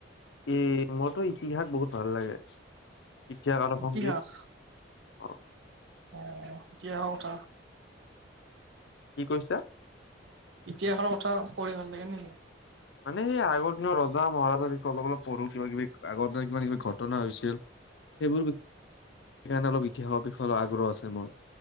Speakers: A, on the left; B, on the right.
A: এ মোৰতো ইতিহাস বহুত ভাল লাগে। ইতিহাস আৰু
B: ইতিহাস
A: সংগীত। অ',
B: অ ইতিহাসৰ কথা।
A: কি কৈছা?
B: ইতিহাসৰ কথা পঢ়ি ভাল লাগে নেকি?
A: মানে আগৰ দিনৰ ৰজা মহাৰাজাৰ বিষয়ে অলপ পঢ়ো কিবা কিবি আগৰ দিনৰ কিবা কিবি ঘটনা হৈছিল। সেইবোৰ বি সেই কাৰণে অলপ ইতিহাসৰ বিষয়ে আগ্ৰহ আছে মোৰ।